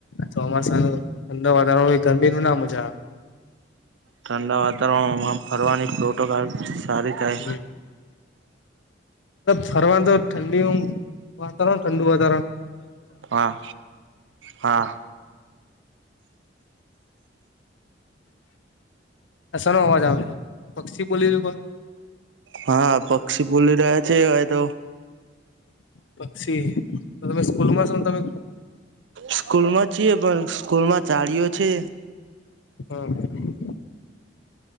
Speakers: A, on the left; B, on the right.
A: ચોમાસા નું ઠંડુ વાતાવરણ હોય ગરમી નું ના મજા
B: ઠંડા વાતાવરણમાં ફરવાની પ્રોટો <unintelligible> સારી. થાય
A: <unintelligible> ફરવા તો ઠંડીઓમ વાતાવરણ ઠંડુ વધાર
B: હા હા.
A: આ શેનો અવાજ આવે પક્ષી બોલીલું કો
B: હા પક્ષી ભૂલી રહ્યા છે એતો
A: પક્છી તો તમે સ્કૂલ માં શોન તમે
B: સ્કૂલ માં છીએ પણ સ્કૂલ માં જાળીઓ છે
A: હ